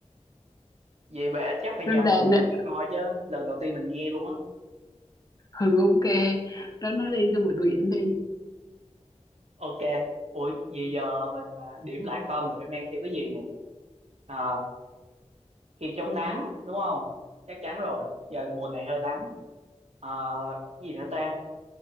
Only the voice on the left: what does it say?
nên
là
nè,
ừ ok đó nó đi xong rồi tôi dẫn đi